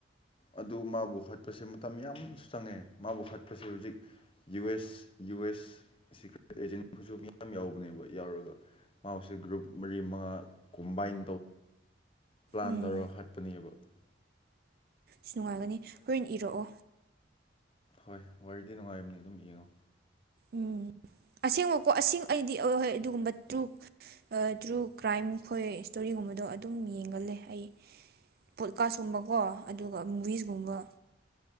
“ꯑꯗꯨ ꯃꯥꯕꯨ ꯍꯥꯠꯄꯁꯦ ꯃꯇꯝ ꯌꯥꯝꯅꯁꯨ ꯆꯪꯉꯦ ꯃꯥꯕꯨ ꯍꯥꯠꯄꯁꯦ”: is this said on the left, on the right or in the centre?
Left